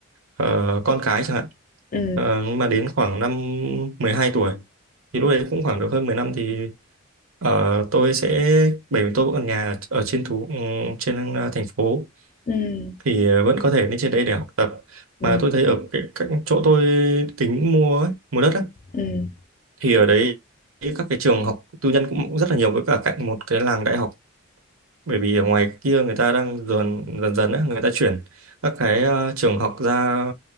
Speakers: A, on the right (about 75°); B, on the left (about 40°).
A: ờ, con cái chẳng hạn
B: ừ
A: Ờ, nhưng mà đến khoảng năm 12 tuổi thì lúc đấy cũng khoảng được hơn 10 năm thì ờ, tôi sẽ bởi vì tôi vẫn còn nhà ở, ở trên thủ ừm, trên ờ, thành phố
B: ừ
A: thì ờ, vẫn có thể lên trên đấy để học tập
B: ừ
A: mà tôi thấy ở cái, các chỗ tôi tính mua ấy, mua đất á,
B: ừ
A: thì ở đấy các cái trường học tư nhân cũng rất là nhiều với cả cạnh một cái làng đại học bởi vì ở ngoài kia người ta đang dần dần dần á, người ta chuyển các cái ờ, trường học ra